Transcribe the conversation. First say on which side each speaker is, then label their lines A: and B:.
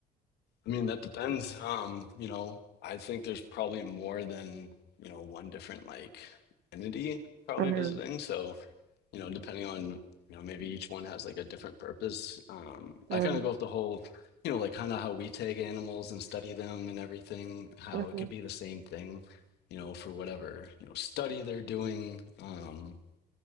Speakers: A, on the left; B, on the right.
A: I mean, that depends. Um, you know, I think there's probably more than, you know, one different like entity probably
B: hmm
A: visiting. So, you know, depending on, you know, maybe each one has like a different purpose. Um, I
B: hmm
A: kind of go with the whole, you know, like kind of how we take animals and study them and everything, how
B: hmm
A: it could be the same thing, you know, for whatever, you know, study they're doing. Um,